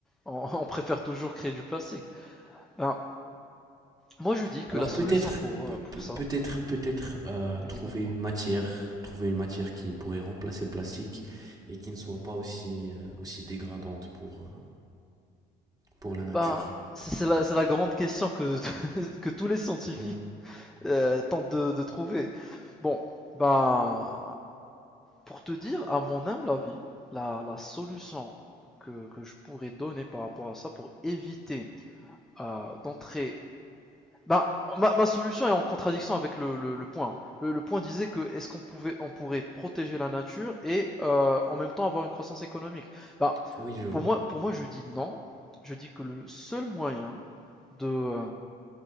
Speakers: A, in the centre; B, on the right.
A: On, <laughs> on préfère toujours créer du plastique. Ben, moi je dis que
B: Alors
A: la solution
B: peut-être,
A: pour,
B: pe-
A: euh, pour
B: pe-
A: ça,
B: peut-être, peut-être euh,
A: oui
B: trouver
A: dis-moi, dis-moi,
B: une matière, trouver une matière qui pourrait remplacer le plastique et qui ne soit pas aussi euh, aussi dégradante pour euh, pour la nature
A: ben, c'est la, c'est la grande question que, <laughs> que tous les scientifiques
B: que tout le monde.
A: euh, tentent de, de trouver. Bon, ben, pour te dire, à mon humble avis, la, la solution que, que je pourrais donner par rapport à ça pour éviter euh, d'entrer Bah, ma, ma solution est en contradiction avec le, le, le point. Le, le point disait que est-ce qu'on pouvait, on pourrait protéger la nature et euh, en même temps avoir une croissance économique. Bah,
B: Oui, je vois.
A: pour moi, pour moi, je dis non. Je dis que le seul moyen de,